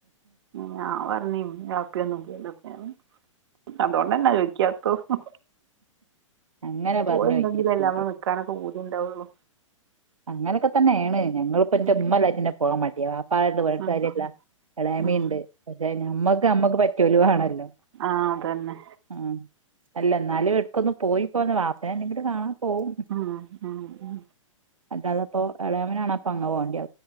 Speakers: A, on the right (about 55°); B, on the right (about 80°).
A: ഞാൻ പറഞ്ഞീ ഉമ്മയും ബാപ്പയു ഒന്നും <unintelligible> അതുകൊണ്ടന്നാ ചോദിക്കാത്തതും.
B: അങ്ങനെ പറഞ്ഞോയ്ക്കരുത്
A: ഓൽണ്ടെങ്കിലല്ലേ നമുക്ക് നിക്കാനൊക്കെ പൂതി ഇണ്ടാവൊള്ളു.
B: അങ്ങനെയൊക്കെ തന്നേണ്. ഞങ്ങളിപ്പ എന്റുമ്മാലായിട്ട്ന്നെ
A: ഉം.
B: പോവാൻ മടിയാ. വാപ്പായിട്ട് പറഞ്ഞിട്ട്
A: ഉം.
B: കാര്യല്ലാ. എളീമയിണ്ട്.
A: ഉം.
B: പക്ഷെ ഞമ്മക്ക് നമ്മക്ക് പറ്റിയോല് വേണല്ലോ.
A: ആഹ് അതന്നെ.
B: ആഹ് എന്നാലും എടക്കൊന്ന്പോയി പോന്ന്. വാപ്പനെങ്കും കാണാൻ പോവും.
A: ഉം. ഉം. ഉം.
B: അല്ലാതപ്പോ എളയമെനാണപ്പ അങ് പോണ്ട്യ.